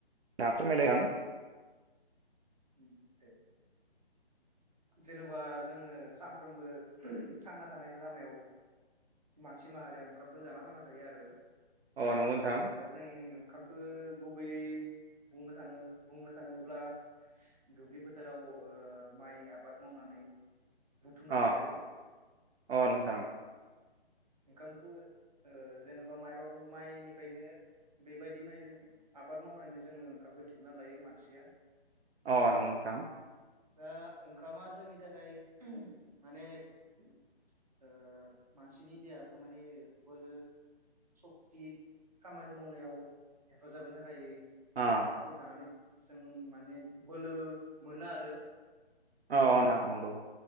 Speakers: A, on the right; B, on the right.
A: दा फोरमायलाय आं
B: उम दे जेन'बा जोङो सानफ्रोमबो थांना थानाय लामायाव मानसि माहारिया ओंखाम खौ जाना थांना थायो आरो
A: अ नंगौ नोंथां।
B: दा जों ओंखामखौ गुबैयै बुंनो थाङो बुंनो थाङोब्ला दुब्लि फोथाराव ओ माइ आब बाद मावनानै बुथुमनानै
A: अ
B: लायो
A: अ नोंथां।
B: ओंखामखौ ओ जेन'बा माइरं माइनिफ्रायनो बेबायदि माइ आबाद मावनानैनो जोङो ओंखामखौ दिहुनना लायो मानसिया।
A: अ नोंगौ नोंथां।
B: दा ओंखामा जोंनि थाखाय माने ओ मानसिनि देहाखौ माने बोलो सक्ति खामानि मावनायाव हेफाजाब होनो थाखाय
A: अ
B: ओंखामखौ जानानै जों माने बोलो मोनो आरो
A: औ नोंथां नंगौ